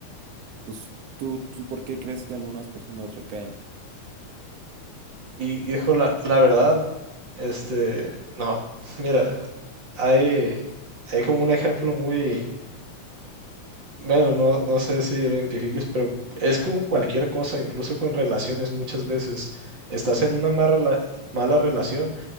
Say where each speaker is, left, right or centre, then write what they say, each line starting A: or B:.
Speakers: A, on the right (about 65°); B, on the right (about 40°).
A: Pues tú, ¿tú por qué crees que algunas personas recaen?
B: Y hijo, la, la verdad, este, no, mira, hay, hay como un ejemplo muy, Bueno, no, no sé si lo identifiques, pero es con cualquier cosa, incluso con relaciones muchas veces. Estás
A: Ujú.
B: en una mala, rela- mala relación,